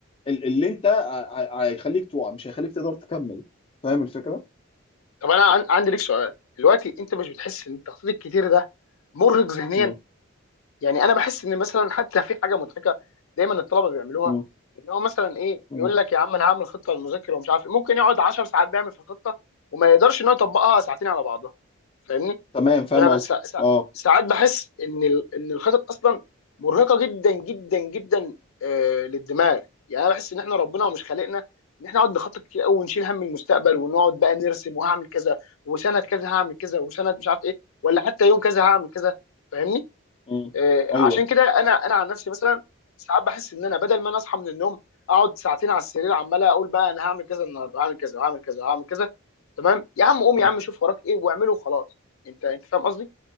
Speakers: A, on the left; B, on the left.
A: ال- اللي انت ع- ع- هيخليك تقع مش هيخليك تقدر تكمل فاهم الفكره؟
B: طب انا عن- عندي ليك سؤال دلوقتي انت مش بتحس ان التخطيط الكتير ده مرهق ذهنيا
A: مم.
B: يعني انا بحس ان مثلا حتى في حاجه مضحكه دايما الطلبه بيعملوها
A: مم.
B: ان هو مثلا ايه
A: مم.
B: يقول لك يا عم انا هعمل خطه للمذاكره ومش عارف إيه. ممكن يقعد 10 ساعات بيعمل في الخطه وما يقدرش ان هو يطبقها ساعتين على بعضها فاهمني
A: تمام
B: فانا
A: فاهم
B: ب-
A: قصدي
B: سا- سا-
A: اه
B: ساعات بحس ان ال- ان الخطط اصلا مرهقه جدا جدا جدا آه، للدماغ يعني انا بحس ان احنا ربنا مش خالقنا ان احنا نقعد نخطط كتير قوي ونشيل هم المستقبل ونقعد بقى نرسم وهعمل كذا وسنه كذا هعمل كذا وسنه مش عارف ايه ولا حتى يوم كذا هعمل كذا فاهمني
A: مم.
B: آه،
A: ايوه
B: عشان كده انا انا عن نفسي مثلا ساعات بحس ان انا بدل ما انا اصحى من النوم اقعد ساعتين على السرير عمال اقول بقى انا هعمل كذا النهارده هعمل كذا وهعمل كذا وهعمل كذا تمام يا عم قوم
A: مم.
B: يا عم شوف وراك ايه واعمله وخلاص انت انت فاهم قصدي